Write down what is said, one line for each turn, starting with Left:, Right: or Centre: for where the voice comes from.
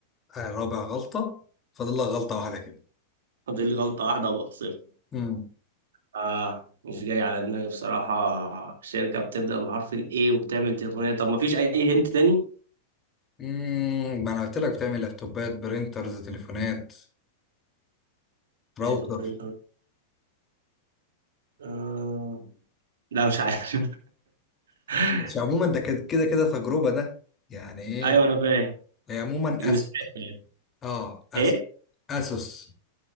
Left: آه، رابع غلطة فاضل لك غلطة واحدة كده
Right: فاضل لي غلطة واحدة وابقى خسرت
Left: امم
Right: آه مش جاي على دماغي بصراحة شركة بتبدأ بحرف ال A وبتعمل تليفونات طب ما فيش أي هنت تاني؟
Left: امم ما انا قلت لك بتعمل لابتوبات برينترز تليفونات راوتر
Right: باد وبرينتر آه لا مش عارف <laughs>
Left: بس عموما ده كده كده كده تجربة ده يعني ايه
Right: أيوه أنا فاهم
Left: هي عموما
Right: مستعد
Left: اسوس
Right: يعني
Left: اه اس
Right: إيه؟
Left: اسوس